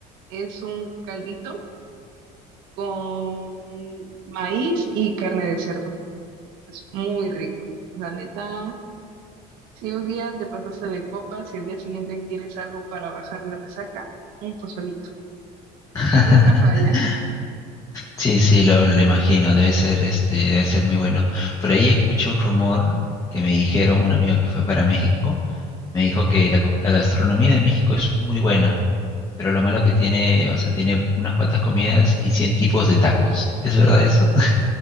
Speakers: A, on the right; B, on the left.
A: es un caldito con maíz y carne de cerdo, es muy rico, la neta. Si un día te pasaste de copas y al día siguiente quieres algo para bajar la resaca, un pozolito.
B: <laughs>
A: Nunca falla.
B: Sí, sí, lo, lo imagino, debe ser, este, debe ser muy bueno. Por ahí escuché un rumor que me dijeron, un amigo que fue para México, me dijo que la, co- la gastronomía de México es muy buena, pero lo malo que tiene, o sea, tiene unas cuantas comidas y cien tipos de tacos. ¿Es verdad eso?